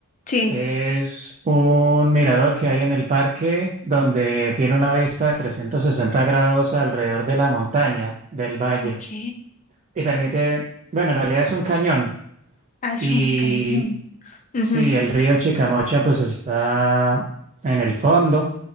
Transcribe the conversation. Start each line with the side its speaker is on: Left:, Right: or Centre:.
Left: sí.
Right: que es un mirador que hay en el parque donde tiene una vista de 360 grados alrededor de la montaña, del valle,
Left: Ok.
Right: y permite, bueno, en realidad es un cañón.
Left: Ah, es
Right: Y
Left: un cañón. Ujú,
Right: sí, el río Chicamocha pues está en el fondo